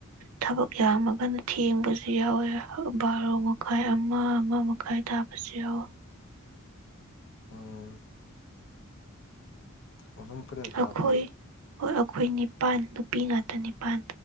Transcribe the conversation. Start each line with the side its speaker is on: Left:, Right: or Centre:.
Right: ꯊꯕꯛ ꯌꯥꯝꯃꯒꯅ ꯊꯦꯡꯕꯁꯨ ꯌꯥꯎꯋꯦ ꯕꯥꯔꯣ ꯃꯈꯥꯏ ꯑꯃ ꯑꯃ ꯃꯈꯥꯏ ꯊꯥꯕꯁꯨ ꯌꯥꯑꯣ
Left: ꯑꯣ ꯃꯐꯝ ꯐꯅ ꯆꯥꯕꯗꯤ
Right: ꯑꯩꯈꯣꯏ ꯍꯣꯏ ꯑꯩꯈꯣꯏ ꯅꯤꯄꯥꯟ ꯅꯨꯄꯤ ꯉꯥꯛꯇ ꯅꯤꯄꯥꯜ